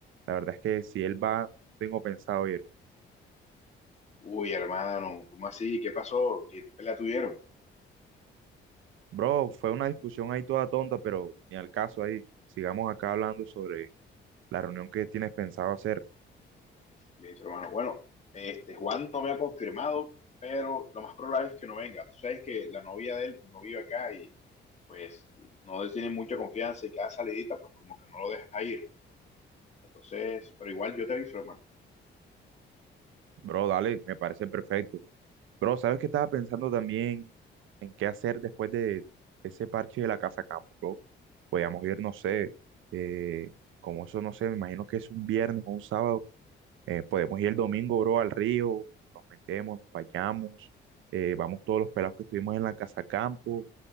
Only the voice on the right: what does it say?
la verdad es que si él va, no tengo pensado ir.
Bro, fue una discusión ahí toda tonta, pero ni al caso ahí. Sigamos acá hablando sobre la reunión que tienes pensado hacer.
Bro, dale, me parece perfecto. Bro, ¿sabes qué estaba pensando también en qué hacer después de ese parche de la casa campo, bro? Podíamos ir, no sé, eh, como eso, no sé, me imagino que es un viernes o un sábado. eh, podemos ir el domingo, bro, al río, nos metemos, nos bañamos, eh, vamos todos los pelados que estuvimos en la casa campo,